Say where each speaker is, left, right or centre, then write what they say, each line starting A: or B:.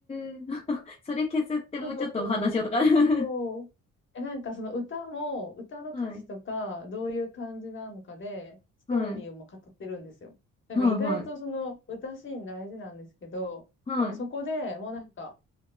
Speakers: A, on the left (about 20°); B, on the left (about 40°).
A: え。<laughs> それ削ってもうちょっとお話をとか。
B: そう
A: <laughs>
B: そう。え、なんかその歌も、歌の歌詞とか、
A: はい。
B: どういう感じなのかで、ストーリーをもう語ってるんですよ。
A: はい。
B: だから意外とその歌シーン大事なんですけど、
A: はい。はい。はい。
B: でもそこでもうなんか、